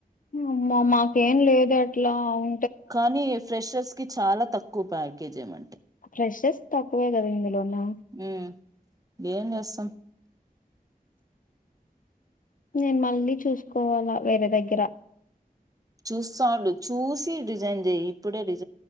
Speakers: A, on the left; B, on the right.
A: అమ్మా మాకేం లేదే అట్లా అవు
B: కానీ ఫ్రెషర్స్ కి చాలా త కు ప్యాకేజ్ ఏమన్
A: ఫ్రెషర్స్ తక్కువే ఇంగ లోనా
B: ఉమ్ ఏం చేస్తాం
A: నేను మళ్ళీ చూసుకోవాలా వేరే దగ్గర
B: ఉస్సా ఉండు చూసి రిజైన్ జెయ్యి ఇప్పుడే రిజ్